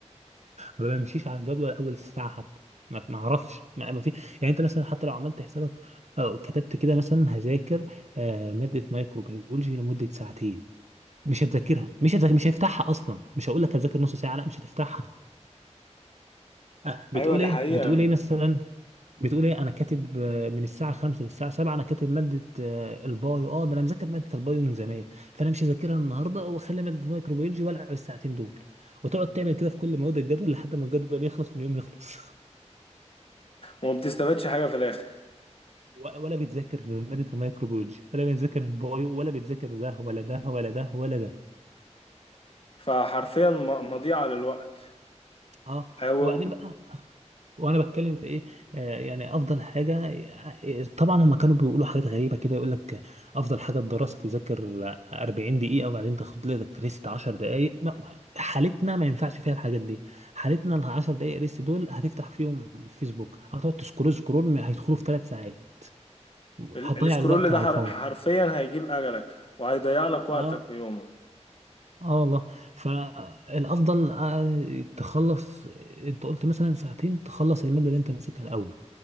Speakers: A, on the right (about 70°); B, on the left (about 50°).
A: ما بمشيش على الجدول اول ساعه حتى ما ما اعرفش ما ما في يعني انت مثلا حتى لو عملت حسابك او كتبت كده مثلا هذاكر آه، ماده مايكروبيولوجي لمده ساعتين مش هتذاكرها مش هتذاكر مش هفتحها اصلا مش هقول لك هتذاكر نص ساعه لا مش هتفتحها آه، بتقول
B: ايوه دي
A: ايه
B: حقيقة
A: بتقول ايه مثلا
B: <laughs>
A: بتقول ايه انا كاتب آه، من الساعه 5 للساعه 7 انا كاتب ماده آه، البايو اه ده انا مذاكر ماده البايو من زمان فانا مش هذاكرها النهارده واخلي ماده الميكروبيولوجي والعب الساعتين دول وتقعد تعمل كده في كل مواد الجدول لحد ما الجدول يخلص واليوم يخلص
B: وما بتستفادش حاجة في الاخر
A: و- ولا بتذاكر مادة الميكروبيولوجي ولا بتذاكر البايو ولا بتذاكر ده ولا ده ولا ده ولا ده
B: فحرفيا م- مضيعة للوقت
A: اه
B: هو
A: وبعدين بقى وانا بتكلم في ايه آه يعني افضل حاجه آه، طبعا هم كانوا بيقولوا حاجات غريبه كده يقول لك افضل حاجه الدراسه تذاكر 40 دقيقه وبعدين تاخد لك ريست 10 دقائق ما- ما- حالتنا ما ينفعش فيها الحاجات دي حالتنا ال 10 دقائق ريست دول هتفتح فيهم فيسبوك هتقعد تسكرول سكرول هيدخلوا في ثلاث ساعات
B: ال-
A: هتضيع
B: السكرول
A: الوقت
B: ده
A: على
B: حر-
A: الفاضي
B: حرفيا هيجيب اجلك وهيضيع لك وقتك
A: اه
B: ويومك
A: اه والله فالافضل آه، تخلص انت قلت مثلا ساعتين تخلص الماده اللي انت ماسكها الاول